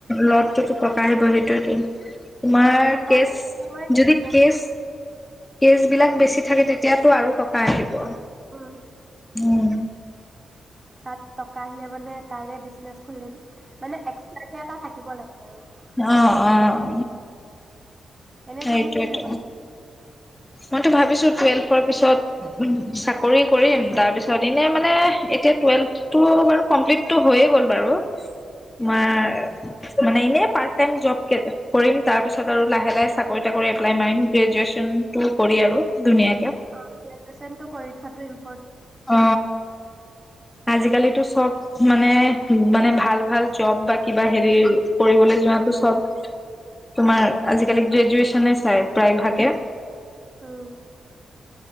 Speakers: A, on the left; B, on the right.
A: লড টোতো টকা আহিবই সেইটোৱেটো তোমাৰ
B: সেয়া টকাৰে
A: কেচ
B: মই
A: যদি
B: বিজনেচ
A: কেচ কেজ বিলাক বেছি থাকে তেতিয়াটো আৰু টকা আহিব উম
B: খুলিম তাত টকা আহিলে মানে তাৰে বিজনেছ খুলিম মানে এক্সট্ৰাকে এটা থাকিব লাগে আৰু
A: অ', অ',
B: এনে
A: সেইটোৱেতো
B: তুমি কি ভাবিছা
A: মইতো ভাবিছো টুৱেলফৰ পিছত চাকৰি কৰিম তাৰপিছত এনে মানে এতিয়া টুৱেলফটো বাৰু কমপ্লিত টো হৈয়ে গ'ল বাৰু তোমাৰ
B: উম
A: মানে এনে পাৰ্ট টাইম জব কৰিম তাৰপিছত আৰু লাহে লাহে চাকৰি তাকৰি এপ্লাই মাৰিম গ্ৰেজোৱেচন টো কৰি আৰু ধুনীয়াকে
B: অ গ্ৰেজোৱেচনটো কৰি থোৱাটো ইম
A: অ আজিকালিতো চব মানে মানে ভাল ভাল জব বা কিবা হেৰি কৰিবলৈ যোৱাটো চব তোমাৰ আজিকালি গ্ৰেজুৱেচনে চাই প্ৰায় ভাগে
B: উম